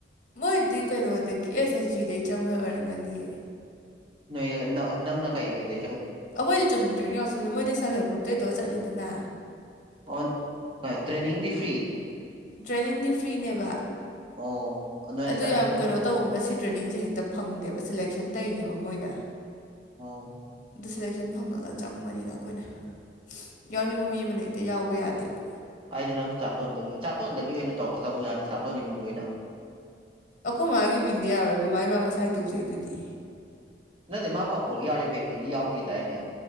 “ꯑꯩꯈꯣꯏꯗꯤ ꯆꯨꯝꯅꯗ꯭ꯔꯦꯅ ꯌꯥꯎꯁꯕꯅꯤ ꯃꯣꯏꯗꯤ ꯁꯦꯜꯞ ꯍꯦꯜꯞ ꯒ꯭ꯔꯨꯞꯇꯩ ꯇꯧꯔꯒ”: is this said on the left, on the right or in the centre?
Left